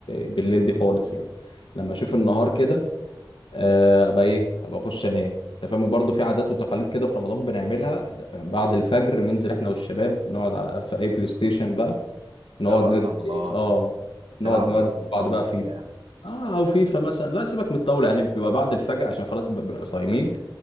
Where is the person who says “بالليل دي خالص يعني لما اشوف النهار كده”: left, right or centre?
Left